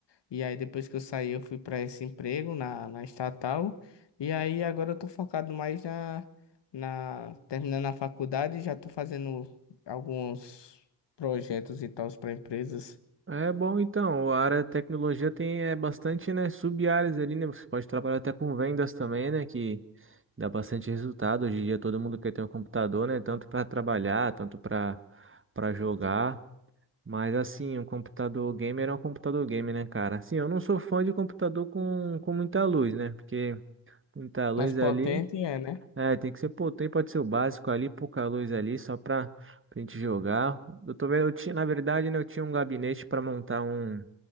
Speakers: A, on the left; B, on the right.
A: E aí depois que eu saí, eu fui para esse emprego na, na estatal. E aí agora eu tô focado mais na na terminando a faculdade, já tô fazendo alguns projetos e tals para empresas
B: É bom, então, a área de tecnologia tem é, bastante, né, sub-áreas ali, né, você pode trabalhar até com vendas também, né, que dá bastante resultado, hoje em dia todo mundo quer ter um computador, né, tanto para trabalhar, tanto para para jogar, mas assim, um computador gamer é um computador gamer, né, cara, assim, eu não sou fã de computador com, com muita luz, né, porque muita luz
A: mais potente
B: ali,
A: é, né?
B: é, tem que ser, pô, tem, pode ser o básico ali, pouca luz ali, só pra, pra gente jogar, eu tô vendo, eu tinha, na verdade, né, eu tinha um gabinete para montar um